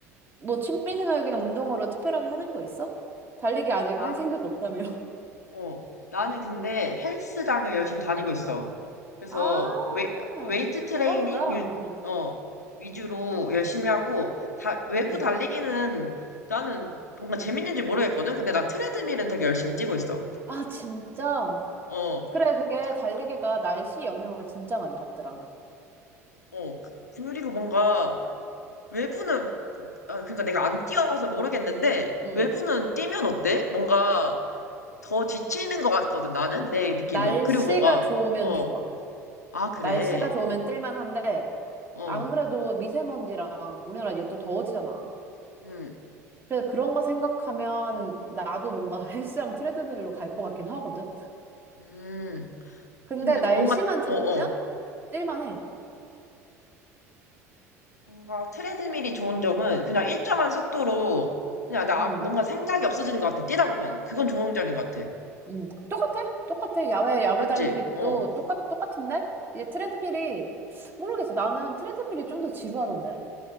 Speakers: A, on the right; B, on the left.
A: 뭐 취미생활 그냥 운동으로 특별하게 하는 거 있어? 달리기 아직
B: 난,
A: 할 생각 없다며. <laughs>
B: 어, 나는 근데 헬스장을 열심히 다니고 있어. 그래서
A: 아,
B: 웨, 웨이트 트레이닝
A: 대박이다.
B: 유-
A: 응,
B: 어, 위주로 열심히 하고 다, 외부
A: 응.
B: 달리기는 나는 뭔가 재밌는지 모르겠거든. 근데 나 트레드밀은 되게 열심히 뛰고 있어.
A: 아, 진짜?
B: 어,
A: 그래, 그게
B: 자,
A: 달리기가 날씨 영향을 진짜 많이 받더라.
B: 어, 그- 그리고 뭔가 외부는 아, 그러니까 내가 안 뛰어봐서 모르겠는데
A: 응.
B: 외부는 뛰면 어때? 뭔가 더 지치는 것 같거든. 나는 내 느낌은.
A: 날씨가
B: 그리고 뭔가
A: 좋으면
B: 어,
A: 좋아.
B: 아 그래.
A: 날씨가 좋으면 뛸만한데,
B: 어,
A: 안 그래도 미세먼지랑 우리나라 이제 또 더워지잖아.
B: 음,
A: 그래서 그런 거 생각하면 나도 뭔가 <laughs> 헬스장 트레드밀로 갈 것 같긴 하거든?
B: 음.
A: 근데
B: 근데
A: 날씨만
B: 뭔가,
A: 좋으면
B: 어, 어.
A: 뛸만해.
B: 뭔가 트레드밀이 좋은 점은 그냥 일정한 속도로 그냥 나,
A: 응,
B: 뭔가 생각이 없어지는 것 같아. 뛰다 보면. 그건 좋은 점인 것 같아.
A: 응. 똑같아. 똑같아. 야외,
B: 맞,
A: 야외
B: 맞지?
A: 달리기도
B: 어,
A: 똑같, 똑같은데? 이제 트레드밀이, 모르겠어. 나는 트레드밀이 좀 더 지루하던데.